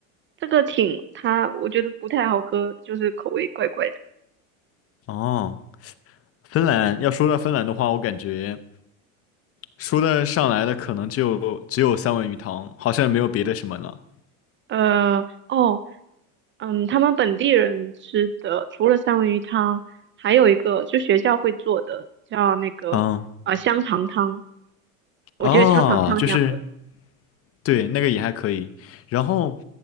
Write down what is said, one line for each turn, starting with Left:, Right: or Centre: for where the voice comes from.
Right: 这个挺它，我觉得不太好喝，就是口味怪怪的。
Left: 哦，芬兰，要说到芬兰的话，我感觉说的上来的可能就只有三文鱼汤，好像也没有别的什么了。
Right: 呃，哦，嗯，他们本地人吃的除了三文鱼汤，还有一个就学校会做的叫那个呃香肠汤，
Left: 嗯，
Right: 我觉得香肠汤挺好喝的
Left: 哦，就是对，那个也还可以。然后